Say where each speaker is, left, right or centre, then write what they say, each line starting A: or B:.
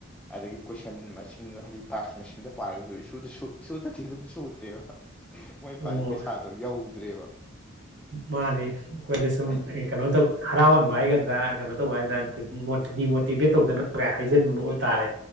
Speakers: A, in the centre; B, on the right.
A: ꯑꯗꯒꯤ ꯀꯣꯏꯁꯟ ꯃꯁꯤꯡ ꯍꯥꯏꯗꯤ ꯇꯥꯛꯁ ꯃꯁꯤꯡꯗ ꯄꯥꯔꯒꯁꯨ ꯏꯁꯨꯗ ꯁꯨ ꯏꯁꯨꯗ ꯑꯗꯨꯝ ꯁꯨꯗ꯭ꯔꯦꯕ ꯃꯣꯏ
B: ꯑꯣ
A: ꯄꯥꯔꯤ ꯄꯩꯁꯥꯗꯣ ꯌꯧꯗ꯭ꯔꯦꯕ
B: ꯃꯥꯅꯤ ꯑꯩꯈꯣꯏꯗ ꯁꯨꯝ
A: ꯍꯥꯏꯗꯤ
B: ꯀꯩꯅꯣ ꯇꯧ ꯍꯔꯥꯎꯍꯟꯕ ꯍꯥꯏꯒꯗ꯭ꯔꯥ ꯀꯩꯅꯣ ꯇꯧꯕ ꯍꯥꯏꯗꯥꯟ ꯗꯤ ꯃꯣꯠ ꯃꯣꯇꯤꯚꯦꯠ ꯇꯧꯗꯅ ꯀꯥꯢ ꯍꯥꯏꯖꯟꯕ ꯑꯣꯏꯇꯥꯔꯦ